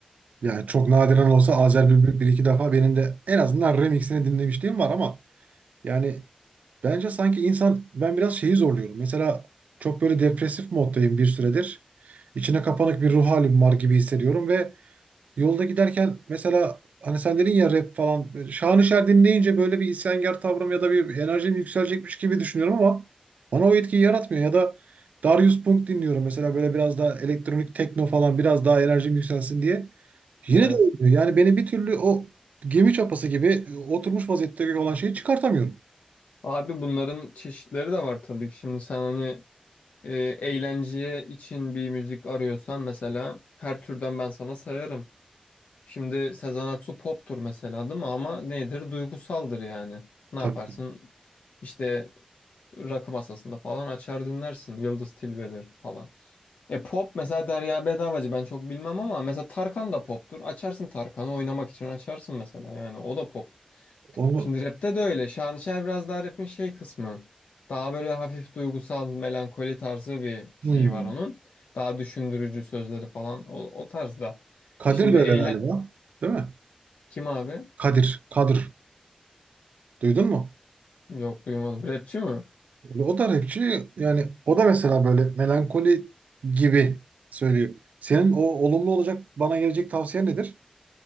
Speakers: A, on the right (about 80°); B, on the left (about 85°).
A: Yani çok nadiren olsa Azer Bülbül bir iki defa benim de en azından remixini dinlemişliğim var ama yani bence sanki insan ben biraz şeyi zorluyorum. Mesela çok böyle depresif moddayım bir süredir. İçine kapanık bir ruh halim var gibi hissediyorum ve Yolda giderken mesela hani sen dedin ya rap falan. böyle Şanışer dinleyince böyle bir isyankar tavrım ya da bir enerjim yükselecekmiş gibi düşünüyorum ama bana o etkiyi yaratmıyor. Ya da Darius Punk dinliyorum mesela böyle biraz daha elektronik tekno falan biraz daha enerjim yükselsin diye. Yine
B: Evet.
A: de olmuyor. Yani beni bir türlü o gemi çapası gibi oturmuş vaziyette olan şeyi çıkartamıyorum.
B: Abi bunların çeşitleri de var tabii ki. Şimdi sen hani e, eğlenceye için bir müzik arıyorsan mesela her türden ben sana sayarım. Şimdi Sezen Aksu poptur mesela değil mi? Ama nedir? Duygusaldır yani. Ne
A: Tabii
B: yaparsın?
A: ki.
B: İşte rakı masasında falan açar dinlersin. Yıldız Tilbe'dir falan. E pop mesela Derya Bedavacı ben çok bilmem ama mesela Tarkan da poptur. Açarsın Tarkan'ı oynamak için açarsın mesela yani o da pop.
A: Onu,
B: Şimdi rapte de öyle. Şanışer biraz daha rapin şey kısmı. Daha böyle hafif duygusal, melankoli tarzı bir şeyi
A: Hmm.
B: var onun. Daha düşündürücü sözleri falan. O, o tarzda.
A: Kadir
B: E şimdi
A: de öyle
B: eyle...
A: galiba. Değil mi?
B: Kim abi?
A: Kadir. Kadir. Duydun mu?
B: Yok duymadım. Rapçi mi?
A: O da rapçi yani o da mesela böyle melankoli gibi söylüyor. Senin o olumlu olacak bana gelecek tavsiye nedir?